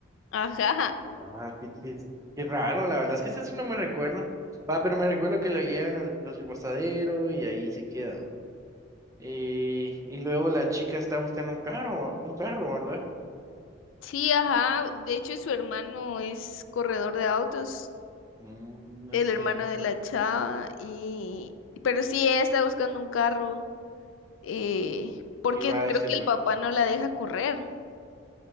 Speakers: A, on the left; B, on the right.
A: Ajá,
B: Ah, qué, chis- qué raro, la verdad es que eso sí no me recuerdo. Va, pero me recuerdo que lo llevan al, al reposadero y ahí se queda. Eh, y luego la chica está buscando un carro, ¿va? un carro, ¿verdad?
A: Sí, ajá. De hecho, su hermano es corredor de autos,
B: Mm, no
A: el
B: es cierto.
A: hermano de la chava, y pero sí ella está buscando un carro, eh, porque
B: Y va
A: creo
B: a este
A: que
B: lugar.
A: el papá no la deja correr.